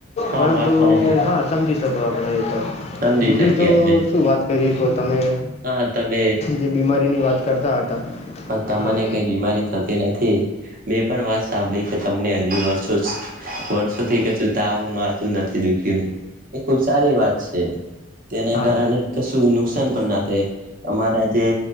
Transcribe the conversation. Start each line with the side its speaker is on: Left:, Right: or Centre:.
Right: હા
Left: પરંતુ,
Right: વાત સાચી
Left: <inaudible> હા સમજી શકો, આપણેએ તો
Right: સમજી
Left: બીજું
Right: શકીએ
Left: તો
Right: અમે
Left: શું વાત કરીએ. તો તમે
Right: હા તમે
Left: જે બીમારીની વાત કરતા હતા.
Right: હ, તમને
Left: હા
Right: કઈ બીમારી થતી નથી. મેં પણ વાત સાંભળી કે, તમને હજી વર્ષો વર્ષોથી કે સુું તમને આવું માતું નથી દું એ ખુબ સારી વાત છે, તેના
Left: હા
Right: કારણે કશું નુકસાન પણના થાય. અમારા જે